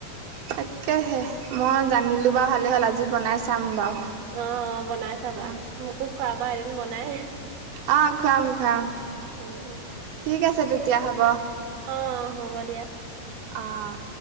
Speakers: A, on the right; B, on the right.
A: তাকেহে মই জানিলো বাৰু ভালে হ'ল আজি আজি বনাই চাম বাৰু।
B: অঁ অঁ বনাই চাবা,
A: অ',
B: মোকো খোৱাবা এদিন বনাই।
A: অঁ খুৱাম খুৱাম।
B: উম উম।
A: ঠিক আছে তেতিয়া হ'ব।
B: অঁ হ'ব দিয়া।
A: অঁহহ।